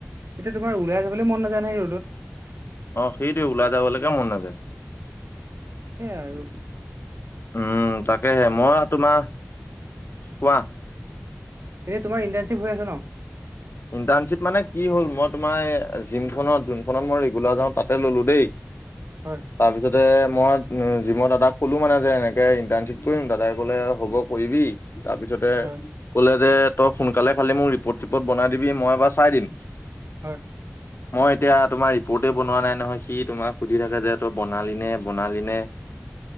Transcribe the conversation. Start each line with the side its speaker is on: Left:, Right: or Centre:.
Right: এতিয়া তুমাৰ ওলাই যাবলৈ মন নাযায় নহয় ৰ'দত।
Left: অ সেইটোৱেই, ওলাই যাবলৈকে মন নাযায়।
Right: সেইয়াই আৰু।
Left: উম তাকেহে, মই আ তোমাৰ কোৱা।
Right: এই‌ তোমাৰ ইনটাৰনছিপ হৈ আছে ন
Left: ইণ্টাৰ্ণশ্বিপ মানে কি হল মই তোমাৰ, জিমখনত যোনখনত মই ৰেগুলাৰ যাওঁ তাতে ললো দেই।
Right: হয়।
Left: তাৰপিছতে মই উ জিমৰ দাদাক কলো মানে যে এনেকে ইন্টাৰ্নশ্বিপ কৰিম দাদাই ক'লে হ'ব কৰিবি তাৰপিছতে
Right: হয়
Left: কলে যে তই সোনকালে খালি মোক ৰিপৰ্ট চিপৰ্ট বনাই দিবি মই বাৰ চাই দিম।
Right: হয়।
Left: মই এতিয়া তোমাৰ ৰিপৰ্টে বনোৱা নাই নহয়। সি তোমাক সুধি থাকে যে তই বনালি নে বনালি নে?